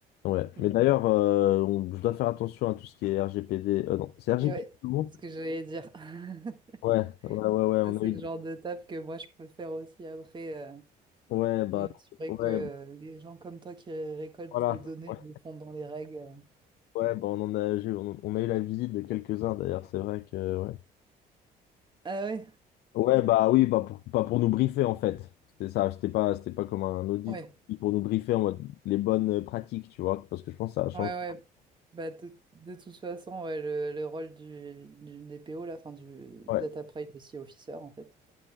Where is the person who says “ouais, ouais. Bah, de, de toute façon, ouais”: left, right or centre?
Right